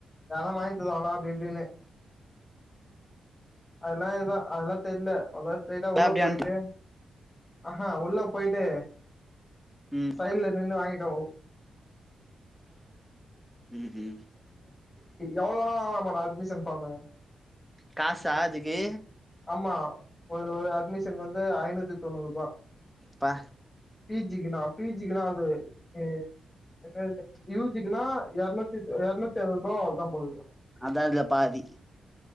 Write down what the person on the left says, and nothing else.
யார்னா வாய்ன்ட்டுதாங்ளா அப்டி இப்டினு அதுலா ஏதோ அதுலா தெர்ல <unintelligible> சைடா
உள்ள
போய்ட்டு
அ ஹா உள்ள போய்ட்டு
சைட்ல நின்னு வாங்கிடோ
எவளோ வணா வாங்கலாமாடா அட்மிஷன் ஃபாமு
ஆமா ஒரு ஒரு அட்மிஷன் வந்து ஐநூத்தி தொண்ணூறுபா
பீஜிக்குனா பீஜிசுக்குனா அது ஏ எப்யாது யூஜிக்குனா எர்நூத்தி எர்நூத்தி எழுவத்பா அவ்ளோதா போலக்குது